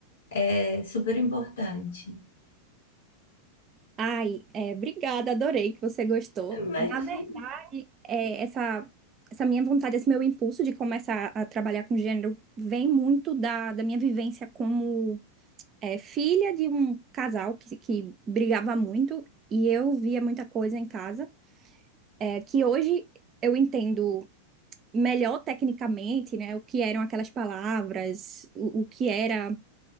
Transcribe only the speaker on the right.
Ai, é, obrigada, adorei que você gostou.
Na verdade, é, essa, essa minha vontade, esse meu impulso de começar a trabalhar com gênero vem muito da, da minha vivência como é, filha de um casal que, que brigava muito e eu via muita coisa em casa, é, que hoje eu entendo. melhor tecnicamente, né, o que eram aquelas palavras, o, o que era